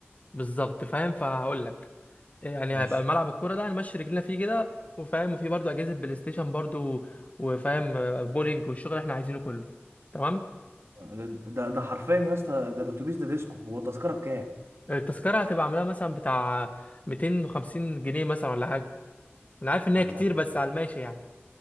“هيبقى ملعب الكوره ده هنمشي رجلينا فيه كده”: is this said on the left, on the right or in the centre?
Left